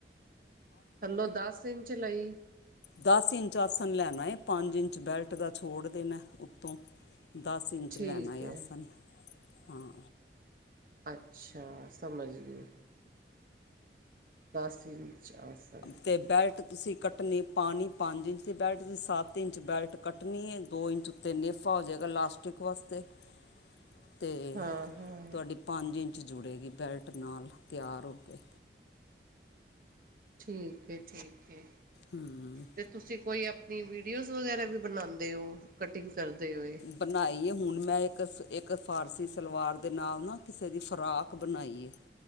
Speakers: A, on the right (about 50°); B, on the left (about 75°).
A: ਥੱਲੋਂ ਦਸ ਇੰਚ ਲਈ।
B: ਦਸ ਇੰਚ ਆਸਣ ਲੈਣਾ ਏ, ਪੰਜ ਇੰਚ ਬੈਲਟ ਦਾ ਛੋੜ ਦੇਣਾ ਉੱਤੋਂ। ਦਸ ਇੰਚ
A: ਠੀਕ
B: ਲੈਣਾ ਏ
A: ਹੈ
B: ਆਸਨ, ਹਾਂ।
A: ਅੱਛਾ, ਸਮਝ ਗਈ। ਦਸ ਇੰਚ ਆਸਣ।
B: ਅਤੇ ਬੈਲਟ ਤੁਸੀਂ ਕੱਟਣੀ ਪਾਣੀ ਪੰਜ ਇੰਚ ਦੀ, ਬੈਲਟ ਤੁਸੀਂ ਸੱਤ ਇੰਚ ਬੈਲਟ ਕੱਟਣੀ ਹੈ, ਦੋ ਇੰਚ ਤੇ ਨੇਫਾ ਹੋ ਜਾਵੇਗਾ ਲਾਸਟਿਕ ਵਾਸਤੇ, ਅਤੇ
A: ਹਾਂ ਹਾਂ
B: ਤੁਹਾਡੀ ਪੰਜ ਇੰਚ ਜੁੜੇਗੀ ਬੈਲਟ ਨਾਲ ਤਿਆਰ ਹੋ ਕੇ।
A: ਠੀਕ ਹੈ- ਠੀਕ ਹੈ।
B: ਹੂੰ।
A: ਤੇ ਤੁਸੀਂ ਕੋਈ ਆਪਣੀ ਵੀਡੀਓਜ਼ ਵਗੈਰਾ ਵੀ ਬਣਾਉਂਦੇ ਹੋ, ਕਟਿੰਗ ਕਰਦੇ ਹੋਏ।
B: ਬਣਾਈ ਹੈ ਹੁਣ ਮੈਂ ਇੱਕ ਸ ਇੱਕ ਫਾਰਸੀ ਸਲਵਾਰ ਦੇ ਨਾਲ ਨਾ, ਕਿਸੇ ਦੀ ਫਰਾਕ ਬਣਾਈ ਹੈ।